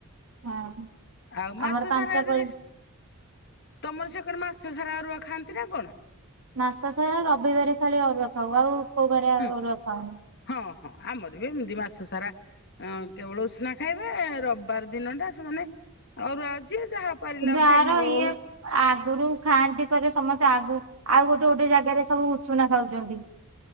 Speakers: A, on the right (about 75°); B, on the left (about 55°).
A: ହଁ।
B: ଆଉ
A: ଆମର
B: ମାସ
A: ପାଞ୍ଚ
B: ସାରା ହେଥିରିସ୍
A: ପାଳି
B: ତମର ସେ କଣ ମାସ ସାରା ଅରୁଆ ଖାଆନ୍ତି ନା କଣ?
A: ମାସ ସାରା ରବିବାର ଖାଲି ଅରୁଆ ଖାଉ ଆଉ କୋଉ ବାରେ
B: ହୁଁ
A: ଅରୁଆ ଖାଉନୁ।
B: ହଁ ହଁ ଆମର ବି ଏମିତି ମାସ ସାରା କେବଳ ଉଷ୍ନା ଖାଇବେ ରବିବାର ଦିନ ଟା ସେମାନେ ଅରୁଆ ଯିଏ ଯାହା ପାରିଲା
A: କିନ୍ତୁ
B: ଫଳମୂଳ
A: ଆର ଇଏ
B: ହଉ
A: ଆଗରୁ ଖାଆନ୍ତି କରି ସମସ୍ତେ ଆଗୁ ଆଉ ଗୋଟେ ଗୋଟେ ଜାଗାରେ ସବୁ ଉଷୁନା ଖାଉଚନ୍ତି।